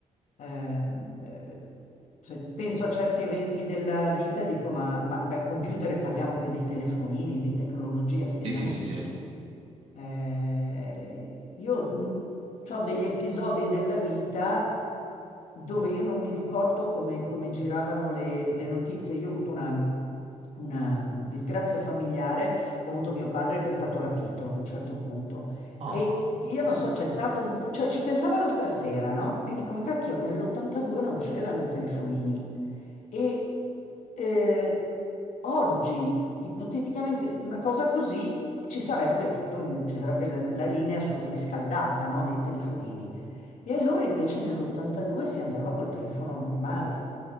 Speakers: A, on the left (about 65°); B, on the right (about 50°).
A: eh, eh, cioè, penso a certi eventi della vita e dico, ma, ma beh, computer e parliamo anche dei telefonini, di tecnologia, spegniamo
B: Sì, sì, sì,
A: tutto.
B: sì.
A: Eh, io ho degli episodi della vita dove io non mi ricordo come, come giravano le, le notizie. Io ho avuto una, una disgrazia familiare, ho avuto mio padre che è stato rapito a un certo punto
B: Ah,
A: e io non so, c'è stato un... cioè ci pensavo l'altra sera, no? E dico, ma cacchio, nell'82 non c'erano i telefonini e eh, oggi, ipoteticamente, una cosa così ci sarebbe tutto un- ci sarebbe la, la linea surriscaldata, no, dei telefonini. E allora invece nell'82 si andava col telefono normale.